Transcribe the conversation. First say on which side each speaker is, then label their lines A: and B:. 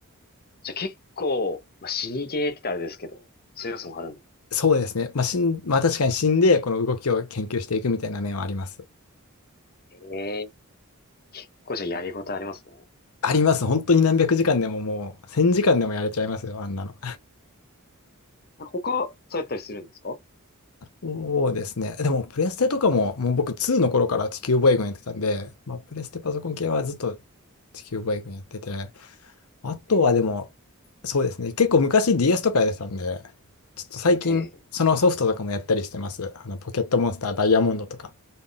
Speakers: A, on the left (about 45°); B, on the left (about 75°).
A: じゃあ結構、まあ、死にゲーって言ったらあれですけど、そういう要素もあるんで。
B: そうですね。まあ、死ん、まあ確かに死んで、この動きを研究していくみたいな面はあります。
A: ええ。これじゃあやりごたえありますね。
B: あります。本当に何百時間でももう、千時間でもやれちゃいますよ、あんなの。
A: あ他、そうやったりするんですか
B: そうですね。でも、プレステとかも、もう僕2の頃から地球防衛軍やってたんで、まあ、プレステパソコン系はずっと地球防衛軍やってて、あとはでも、
A: ええ。
B: そうですね。結構昔 DS とかやってたんで、ちょっと最近、
A: ええ。
B: そのソフトとかもやったりしてます。あの、ポケットモンスターダイヤモンドとか、